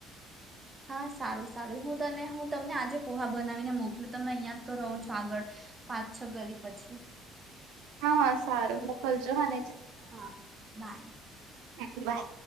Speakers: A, on the right; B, on the right.
A: હા સારું હું તને હું તમને આજે પોહા બનાવીને મોકલું તમે અહિયાં જ તો રહો છો આગળ પાંચ છ ઘરી પછી
B: હા હા સારું મોકલજો હ
A: હા બાય
B: હ બાય